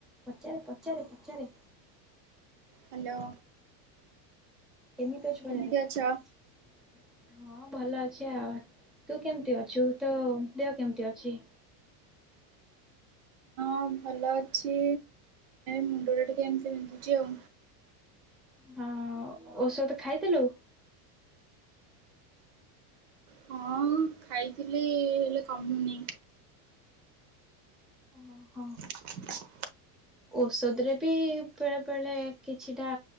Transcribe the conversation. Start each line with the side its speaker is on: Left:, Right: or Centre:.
Centre: ପଚାରେ ପଚାରେ ପଚାରେ?
Right: ହ୍ୟାଲୋ।
Centre: ଏମିତି ଅଛୁ ବାହାରେ
Right: କେମିତି
Centre: <unintelligible>
Right: ଅଛ?
Centre: ହଁ ଭଲ ଅଛି ଆଉ ତୁ କେମତି ଅଛୁ ତୋ ଦେହ କେମିତି ଅଛି?
Right: ହଁ ଭଲ ଅଛି ମୁଣ୍ଡଟା ଟିକେ ଏମିତି ବିନ୍ଧୁଛି ଆଉ।
Centre: ହଁ ଔଷଧ ଖାଇଥିଲୁ?
Right: ହଁ ଖାଇଥିଲି ହେଲେ କମୁନି।
Centre: <inaudible>
Right: <inaudible>
Centre: ଔଷଧ ରେ ବି ବେଳେ ବେଳେ କିଛିଟା